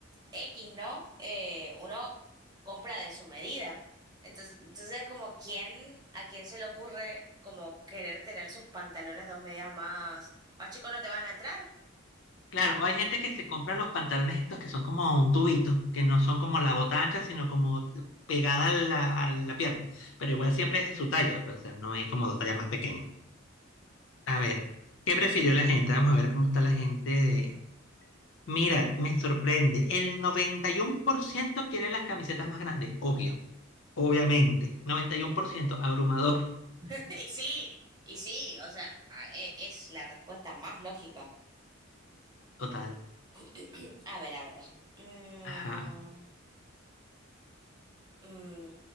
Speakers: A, on the right (about 20°); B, on the left (about 65°).
A: X, ¿no? Eh, uno compra de su medida. Entonces, entonces es como, ¿quién, a quién se le ocurre como querer tener sus pantalones dos medidas más, más chicos no te van a entrar?
B: Claro, hay gente que se compra los pantalones estos que son como un tubito, que no son como la bota ancha, sino como pegada a la, a la pierna. Pero igual siempre es de su talla, pues, o sea, no es como dos tallas más pequeñas. A ver, ¿qué prefirió la gente? Vamos a ver cómo está la gente de... Mira, me sorprende. El noventa y uno por ciento quiere las camisetas más grandes, obvio, obviamente. noventa y uno por ciento, abrumador,
A: <laughs> Y sí, y sí, o sea, a- e- es la respuesta más lógica.
B: total.
A: <clears throat> A ver, a ver. Mm.
B: Ajá.
A: Mm,